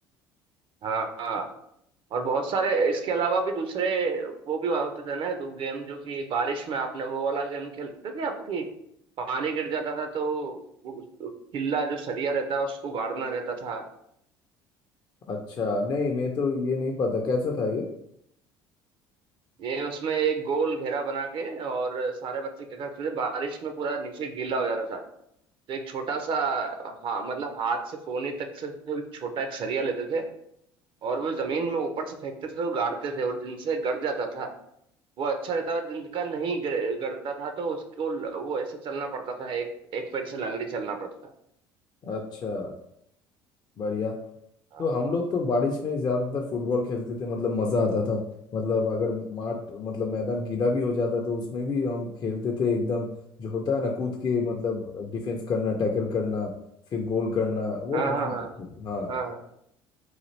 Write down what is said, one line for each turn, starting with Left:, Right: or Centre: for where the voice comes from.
Right: हाँ हाँ और बहुत सारे इसके अलावा भी दूसरे वो भी होते थे ना तो गेम जो कि बारिश में आपने वो वाला गेम खेलते थे आपकी पानी गिर जाता था तो वो उस- किल्ला जो सरिया रहता है उसको गाड़ना रहता था
Left: अच्छा नहीं मैं तो ये नहीं पता कैसा था ये
Right: ये उसमें एक गोल घेरा बना के और सारे बच्चे क्या करते थे बारिश में पूरा नीचे गीला हो जाता था तो एक छोटा सा हाँ मतलब हाथ से कोहनी तक से भी छोटा एक सरिया लेते थे और वो जमीन में ऊपर से फेंकते थे तो गाड़ते थे और जिनसे गड़ जाता था वो अच्छा रहता है जिनका नहीं गर- गड़ता था तो उसको ल- वो ऐसे चलना पड़ता था एक एक पैर से लंगड़ी चलना पड़ता था
Left: अच्छा बढ़िया
Right: हाँ
Left: तो हम लोग तो बारिश में ज्यादातर फुटबॉल खेलते थे मतलब मजा आता था मतलब अगर माठ मतलब मैदान गीला भी हो जाता तो उसमें भी हम खेलते थे एकदम जो होता है ना कूद के मतलब डिफेंस करना टैकल करना फिर गोल करना वो
Right: हाँ
Left: मजा
Right: हाँ
Left: आता था। हाँ
Right: हाँ हाँ